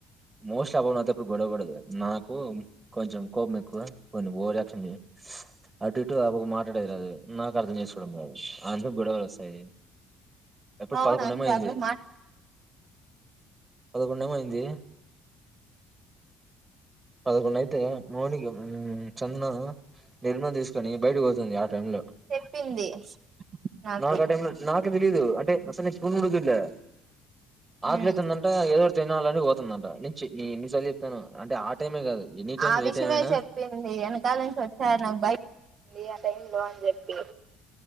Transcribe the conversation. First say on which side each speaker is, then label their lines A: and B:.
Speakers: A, on the right; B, on the right.
A: మోస్ట్ అబ అతే అప్పుడు గొడవకూడదు నాకు కొంచెం కోపం ఎక్కు కొంచెం ఓజక్షంది అటు ఇటు అబ మాట్లాడేది రాదు నాకు అర్థం చేసుకోవడం రాదు అందుకు గొడవలు వస్తాయి ఎప్పుడు
B: అవునా
A: పదకొండేమో
B: అంత
A: అయింది
B: ఆరోజు
A: పదకొండ ఏమైంది పదకొండ అయితే మోనికి చందన నిర్మ తీసుకని బయటకి పోతుంది యా టైం లో
B: చెప్పింది నాకు
A: నాకా టైం లో నాక్ తెలీదు అంటే అస్సల్ ఎప్పుడూ కూడా చుడలే ఆకలి
B: ఉమ్
A: అయితంది అంట ఎవరు తినాలని పోతుందంట ని చ్చి ఇన్నిసార్లు చెప్తాను అంటే ఆ టైమే కాదు ఎనీ టైం
B: ఆ విషయమే
A: ఏ టైం అయినా
B: చెప్పింది ఏనకాల నుంచి వచ్చారు నాకు బయంది ఆ టైం లో చెప్పి